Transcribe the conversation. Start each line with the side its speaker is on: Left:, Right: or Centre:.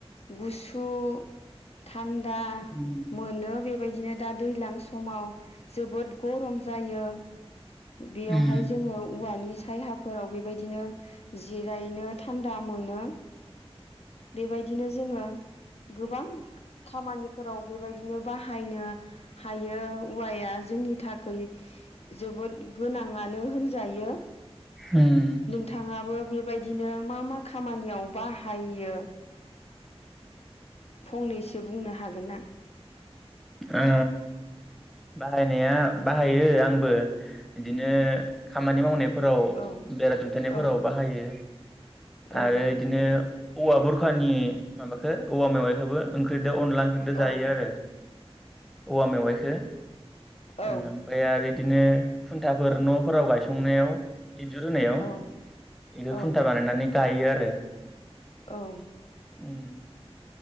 Left: गुसु थान दा
Centre: उम
Left: मोनो बेबायदिनो दा दैज्लां समाव जोबोद गरम जायो बेयावहाय
Centre: उम
Left: जोङो औवानि सायहा फोराव बेबायद दिनो जिरायनो था थान्दा मोनो बेबायदिनो जोङो गोबां खामानिफोराव बेबायदिनो बाहायनो हायो औवाया जोंनि थाखाय जोबोद गोनाङानो होनजायो
Centre: उम
Left: नोंथाङाबो बे बेबायदिनो मा मा खामानियाव बाहायो फंनैसो बुंनो हागोन ना?
Centre: ओ बाहायनाया बाहायो आंबो इदिनो खामानि
Left: औ
Centre: मावनायफोराव
Left: औ
Centre: बेरा दुमथेनायफोराव
Left: औ
Centre: बाहायो
Left: औ
Centre: आरो इदिनो औवा बुरखानि माबा खो औवा मेवाइखौबो ओंख्रिदो अनला ओंख्रिदो जायो
Left: औ
Centre: आरो औवा मेवाइखौ ओ
Left: औ
Centre: ओमफ्राय आरो बिदिनो खुन्थाफोर नफोराव गायसंनायाव इन्जुर होनायाव बेखौ
Left: औ औ
Centre: खुन्था बानायनानै गायो आरो ।
Left: औ ।
Centre: उम